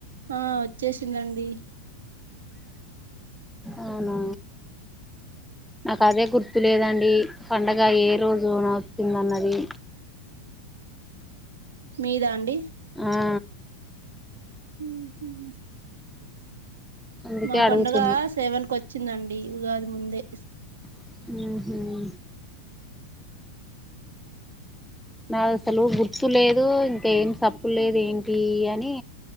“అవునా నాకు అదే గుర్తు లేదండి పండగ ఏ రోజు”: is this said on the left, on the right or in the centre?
Centre